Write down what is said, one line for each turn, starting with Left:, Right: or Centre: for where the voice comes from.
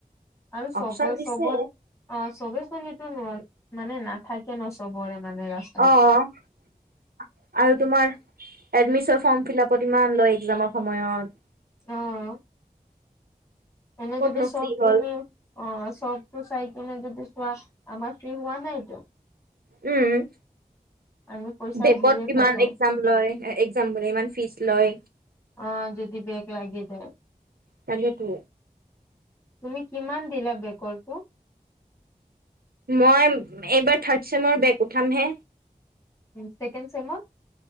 Left: আৰু চবত-চবত
Right: অপচন দিছে
Left: অ' চবে চোন এইটো‌ নোৱাৰে মানে নাথাকে ন' চবৰে মানে ৰাস্তা
Right: অ' আৰু তোমাৰ এডমিচন ফৰ্ম ফিলপত ইমান লয় এক্সামৰ সময়ত।
Left: অ' এনে
Right: ক'তনো
Left: যদি চব
Right: ফ্ৰী হ'ল
Left: তুমি অ' চবতো চাই কিনে যদি চোৱা আমাৰ ফ্ৰী হোৱা নাইটো।
Right: উম।
Left: আমি পইচা
Right: বেকত
Left: দিয়ে
Right: ইমান
Left: থাকো
Right: এক্সাম লয় এক্সাম বোলে ইমান ফিজ লয়।
Left: অ' যদি বেগ লাগি যায়।
Right: তাকেইটো
Left: তুমি কিমান দিলা বেকৰটো
Right: মই এইবাৰ থাৰ্ড চেমৰ বেগ উঠামহে।
Left: উম, ছেকেণ্ড ছেমত।